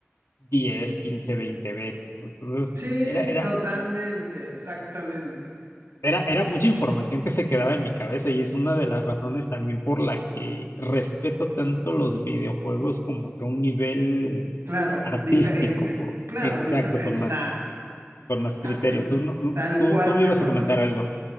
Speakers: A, on the left (about 90°); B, on the right (about 85°).
A: 10 15 20 veces. Entonces,
B: Sí,
A: era, era,
B: totalmente, exactamente.
A: era, era mucha información que se quedaba en mi cabeza y es una de las razones también por la que respeto tanto los videojuegos como que a un nivel
B: Claro,
A: artístico,
B: diferente.
A: por,
B: Claro,
A: exacto,
B: dife- exacto.
A: con más, con más
B: Ah,
A: criterio.
B: ah,
A: Tú, no- no-
B: tal
A: tú,
B: cual
A: tú me
B: me
A: ibas
B: pasó.
A: a comentar algo.